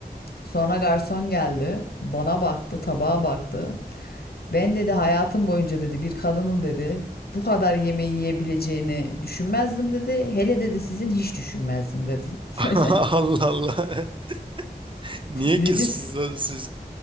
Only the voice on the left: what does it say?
Sonra garson geldi. Bana baktı, tabağa baktı. Ben dedi hayatım boyunca dedi bir kadının dedi bu kadar yemeği yiyebileceğini düşünmezdim dedi. Hele dedi sizin hiç düşünmezdim dedi. <laughs>
Böyle.
Dedi
s-